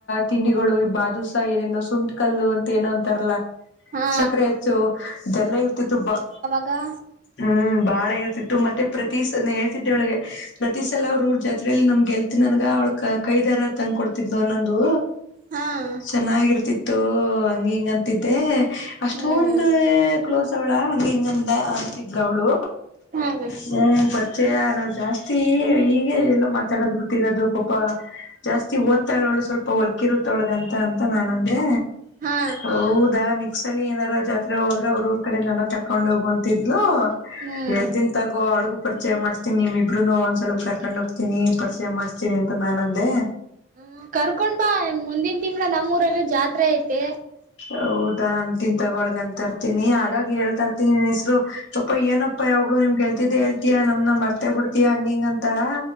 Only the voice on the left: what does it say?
ತಿಂಡಿಗಳು ಬಾದುಸ ಏನೇನೋ ಸುಂಟ್ ಕಲ್ಲು ಅಂತ ಏನೋ ಅಂತಾರಲ್ಲಾ
ಸಕ್ಕರೆ ಹೆಚ್ಚು ಎಲ್ಲ ಇರ್ತಿತ್ತುು ಬ
ಹ್ಮ್ ಬಾಳ ಇರ್ತಿತ್ತು ಮತ್ತೆ ಪ್ರತಿ ಸ ಹೇಳ್ತಿದ್ದೆ ಅವಳಗೆ ಪ್ರತಿ ಸಲ ಅವ್್ರ ಊರ್ ಜಾತ್ರರೆೆಯಲ್ಲಿ ನಮ್ಗೆಲ್ತಿದ್ ನನ್ಗ ಅವ್ಳ ಕೈ ದಾರ ತಂಗ್ ಕೊಡ್ತಿದ್ಲು ಅನ್ನೊಂದು
ಚೆನ್ನಾಗಿರ್ತಿತ್ತು ತ ಹಿಂಗಂತಿದ್ದೆ ಅಷ್ಟೊ
ಒಂದು ಕ್ಲೋಸ್ ಳಾ ಹಂಗ ಹಿಂಗಂದ ಅತಿದಲ ಅವ್ಳು
ಹ್ಮ ಪಚೆಯ ನಾವವು ಜಾಸ್ತಿ ಈೀಗೆ ಎಲ್ಲೋ ಮಾತಾಡೋದು ಗೊತ್ತಿರೋದು ಪಾಪ ಜಾಸ್ತಿ ಓ್ತಾಳು ಸ್ವಲ್ಪ ಹೊರ್ ಕಿರುತೊಳಗಂತ ಅಂತ ನ ನಮಗೆ
ಹೌದಾ ನಿ ಕ್ಸಲ್ಲಿ ಏನಾರ ಜಾತ್ರೆ ಹೋದೆ ಅವ್ರರುರು ಕಡೆ ನನ ಕಕೊಂಡ ಹೋಗುವಂತಿದ್ಲು
ಹೇಳ್ತನ್ ತಗೋ ಅವಳಿಗೂ ಪರಿಚಯ ಮಾಡ್ ನಿಮ ಇಬ್ರುನು ಒಂದ ಸ್ವಲ್ ಕರ್ಕೊಂಡ್ೋಗ್ತನಿ ಜೆ ಮಾಡ್ತೀನಿ ಅಂತ ನಾನ ಅಂದೇ
ಹೌದಾನ್ ತಿನ್ ತಗೊಳ್ದ ಅಂತರ್ತಿನಿ ಹಾಗಾಗಿ ಹೇಳ್ತರ್ಿ ಹೆಸರು ಅಪ್ಪ ಏನಪ್ಪಾ ಯಾವ್ ನಿಮ್ಗೆಳ್ತಿದ ಹೇತಯಾ ನಮ್ ಮರ್ತೆ ಬಿಡ್ತಿಯಾ ಹಂಗ ಹಿಂಗ ಅಂತಾಳ